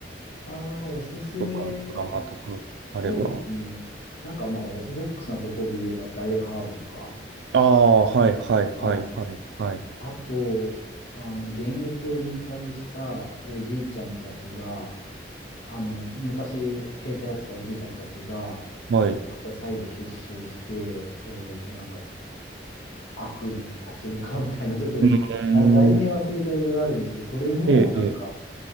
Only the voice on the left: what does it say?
ああ、おすすめ。
あ、そうですね。なんかまあ、オーソドックスなところで言えば、ダイハードとか。
はい。
あと、あの、現役を引退したおじいちゃんたちが、あの、昔兵隊やってたおじいちゃんたちが、
また再度結集して、えっと、なんか、悪に立ち向かうみたいな、ちょっと、
あ題名忘れた映画があるんですけど、
それも、
なんか、